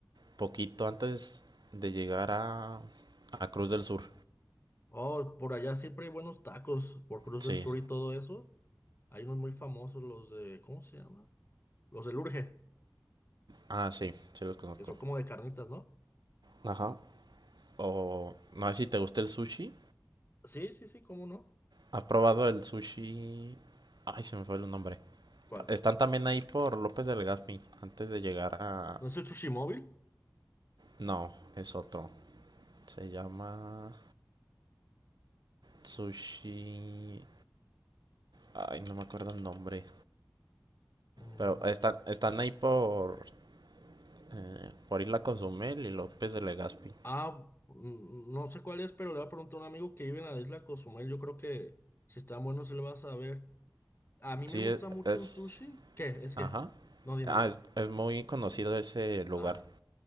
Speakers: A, on the right; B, on the left.
A: poquito antes de llegar a, a Cruz del Sur.
B: Oh, por allá siempre hay buenos tacos por Cruz
A: Sí.
B: del Sur y todo eso. Hay unos muy famosos, los de, ¿cómo se llama? Los del Urge,
A: Ah, sí, sí los conozco.
B: que son como de carnitas, ¿no?
A: Ajá. O no sé si te gusta el sushi.
B: Sí, sí, sí, ¿cómo no?
A: ¿Has probado el sushi? Ay, se me fue el nombre.
B: ¿Cuál?
A: Están también ahí por López del Gaspi, antes de llegar a...
B: ¿No es el Sushi Móvil?
A: No, es otro. Se llama Sushi... Ay, no me acuerdo el nombre.
B: Mm,
A: Pero están, están ahí por, eh, por Isla Consumel y López de Legazpi.
B: ah, mm, no sé cuál es, pero le voy a preguntar a un amigo que vive en la isla Cozumel. Yo creo que si están buenos se le va a saber. A mí
A: Sí,
B: me gusta
A: e-
B: mucho
A: es...
B: un sushi. ¿Qué? Es que,
A: Ajá.
B: no, dime,
A: Ah,
B: dime.
A: es, es muy conocido ese lugar.
B: Ah.